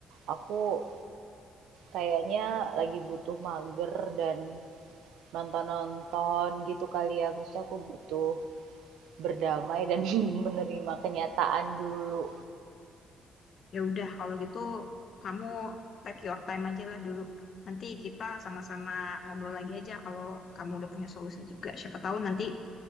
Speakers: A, on the right; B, on the left.
A: Aku kayaknya lagi butuh mager dan nonton-nonton gitu kali ya. Maksudnya aku butuh berdamai dan <laughs> menerima kenyataan dulu.
B: Ya udah, kalau gitu kamu take your time aja lah dulu. Nanti kita sama-sama ngobrol lagi aja kalau kamu udah punya solusi juga. Siapa tahu nanti